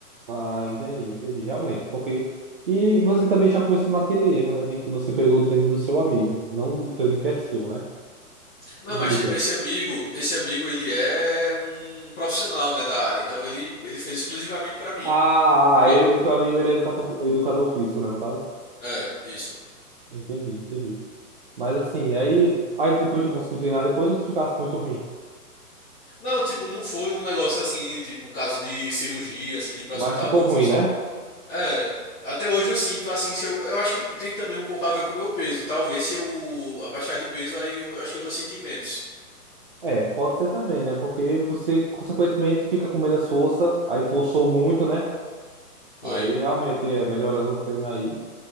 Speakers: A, on the right; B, on the left.
A: Ah, entendi, entendi, realmente, porque... E você também já começou naquele erro, né, de que você pegou o treino do seu amigo, não o treino que é seu, né?
B: Não,
A: Veja.
B: mas tipo, esse amigo, esse amigo, ele é um profissional, né, da área. Então ele, ele fez exclusivamente pra mim.
A: Ah,
B: Um pro...
A: ah, ele, o teu amigo, ele é educador, educador físico, né, no caso?
B: É, isso.
A: Entendi, entendi. Mas assim, aí, aí depois de conseguir treinar, depois eu ficasse muito ruim.
B: Não, tipo, não foi um negócio assim, tipo, caso de cirurgia, assim, de ir pra
A: Mas
B: hospital,
A: ficou
B: não.
A: ruim,
B: Foi só
A: né?
B: um. É, até hoje eu sinto assim, se eu, eu acho que tem também um pouco a ver com o meu peso. Talvez se eu abaixar de peso, aí eu acho que eu vou sentir menos.
A: É, pode ser também, né? Porque você, consequentemente, fica com menos força, aí forçou muito, né?
B: Foi.
A: Aí realmente é melhorando o treino aí.